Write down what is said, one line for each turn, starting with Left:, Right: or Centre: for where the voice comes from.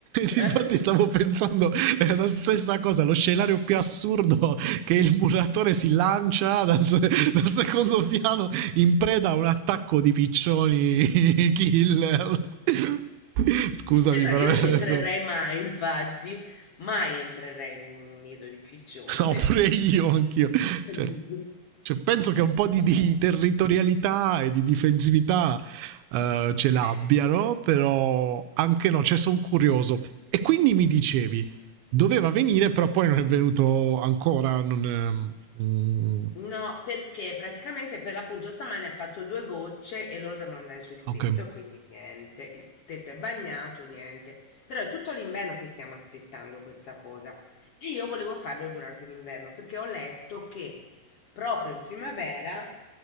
Left: <laughs>
Right: <laughs> infatti stavo pensando è la stessa cosa, lo scenario più assurdo che il muratore si lancia dal, dal secondo piano in preda a un attacco di piccioni <laughs> killer. <laughs> Scusami
Left: Esatto,
Right: però.
Left: io
Right: ecco.
Left: non ci entrerei mai, infatti, mai entrerei in un nido di piccioni,
Right: No,
Left: vero?
Right: pure io, anch'io.
Left: <laughs>
Right: Cioè, cioè, penso che un po' di,
Left: Insomma,
Right: di territorialità e di difensività eh, ce l'abbiano,
Left: eh,
Right: però anche no, cioè sono curioso. E quindi mi dicevi, doveva venire, però poi non è venuto ancora. Non è- mm,
Left: no, perché praticamente per l'appunto stamane ha fatto due gocce e loro devono andare sul
Right: ok.
Left: tetto, quindi niente, il tetto è bagnato, niente. Però è tutto l'inverno che stiamo aspettando questa cosa e io volevo farlo durante l'inverno perché ho letto che proprio in primavera